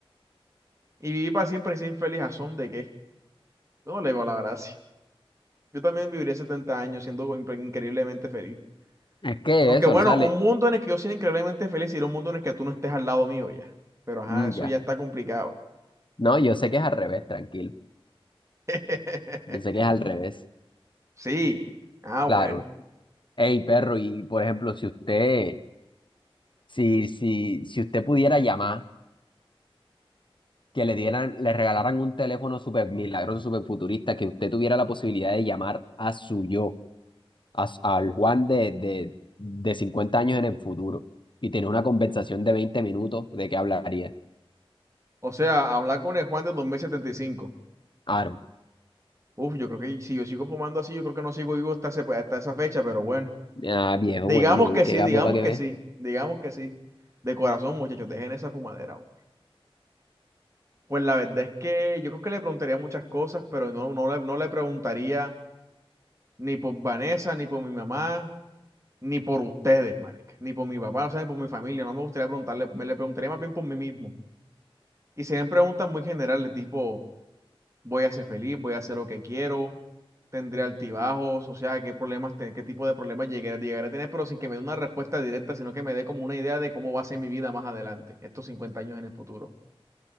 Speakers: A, on the right (about 30°); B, on the left (about 55°).
A: Y vivir para siempre y sin infeliz, ¿a son de qué? Yo no le veo la gracia. Yo también viviría 70 años siendo impre- increíblemente feliz.
B: Es que
A: Aunque
B: eso,
A: bueno,
B: lo sale.
A: un mundo en el que yo sea increíblemente feliz sería un mundo en el que tú no estés al lado mío ya. Pero ajá,
B: Mm,
A: eso
B: ya.
A: ya está complicado.
B: No, yo sé que es al revés, tranquilo.
A: <laughs>
B: Yo sé que es al revés,
A: Sí. Ah,
B: claro.
A: bueno.
B: Hey, perro, y por ejemplo, si usted, si, si, si usted pudiera llamar, que le dieran, le regalaran un teléfono súper milagroso, súper futurista, que usted tuviera la posibilidad de llamar a su yo, a s- al Juan de, de, de 50 años en el futuro, y tener una conversación de 20 minutos, ¿de qué hablaría?
A: O sea, hablar con el Juan de dos mil setenta y cinco
B: Aaron,
A: Uf, yo creo que si yo sigo fumando así, yo creo que no sigo vivo hasta, ese- pues, hasta esa fecha, pero bueno.
B: ah, viejo,
A: Digamos
B: bueno, no,
A: que sí,
B: qué gapo
A: digamos
B: para que
A: que
B: ve.
A: sí, digamos que sí. De corazón, muchachos, dejen esa fumadera. hombre. Pues la verdad es que yo creo que le preguntaría muchas cosas, pero no, no le, no le preguntaría ni por Vanessa, ni por mi mamá, ni por ustedes, marica, ni por mi papá, o sea, ni por mi familia. No me gustaría preguntarle, me le preguntaría más bien por mí mismo. Y serían preguntas muy generales, tipo... voy a ser feliz, voy a hacer lo que quiero, tendré altibajos, o sea, qué problemas, te- qué tipo de problemas llegué, llegaré a tener, pero sin que me dé una respuesta directa, sino que me dé como una idea de cómo va a ser mi vida más adelante, estos 50 años en el futuro.